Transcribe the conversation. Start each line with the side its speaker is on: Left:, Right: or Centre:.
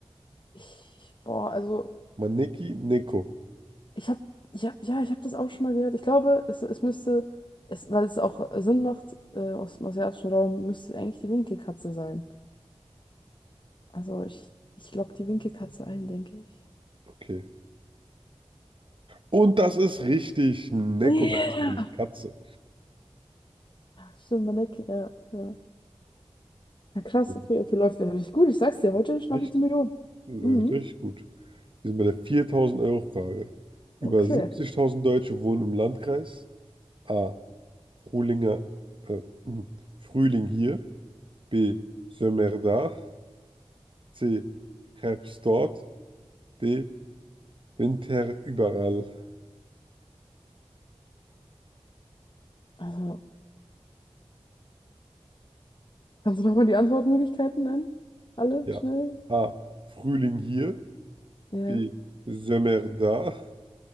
Left: Ich, boah, also
Right: Maneki Neko.
Left: ich, ich habe, ich hab, ja, ich habe das auch schon mal gehört. Ich glaube, es, es müsste, es, weil es auch Sinn macht, äh, aus dem asiatischen Raum müsste eigentlich die Winkelkatze sein. Also ich, ich logge die Winkelkatze ein, denke ich.
Right: Okay. Und das ist richtig. Neko
Left: Ja.
Right: heißt diese Katze.
Left: Stimmt, man denkt, ja, ja. Ja, krass,
Right: Das
Left: okay, okay, läuft ja richtig gut. Ich sag's dir, heute
Right: ist
Left: schnapp
Right: richtig.
Left: ich die Million.
Right: Leute,
Left: Mhm,
Right: gut. Wir sind bei der 4000-Euro-Frage. Über
Left: okay.
Right: 70.000 Deutsche wohnen im Landkreis. A. Frühlinger, äh, hm, Frühling hier. B. Sommer da. C. Herbst dort. D. Winter überall.
Left: Also, kannst du nochmal die Antwortmöglichkeiten nennen? Alle
Right: Ja.
Left: schnell?
Right: A. Frühling hier.
Left: Ja.
Right: B. Sommer da.